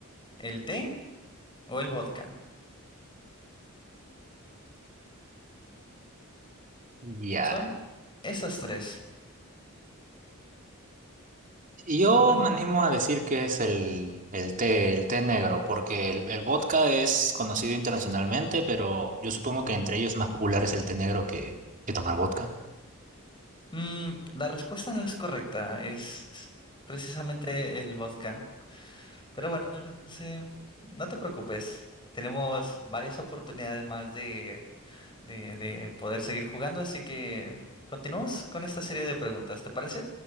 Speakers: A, on the left; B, on the right.
A: el té o el vodka?
B: Ya,
A: Son esas tres.
B: Y Yo
A: Y bueno,
B: me animo a decir que es el, el té, el té negro, porque el, el vodka es conocido internacionalmente, pero yo supongo que entre ellos más popular es el té negro que, que tomar vodka.
A: mm, la respuesta no es correcta, es precisamente el vodka. Pero bueno, José, no te preocupes. Tenemos varias oportunidades más de, de, de poder seguir jugando, así que continuamos con esta serie de preguntas, ¿te parece?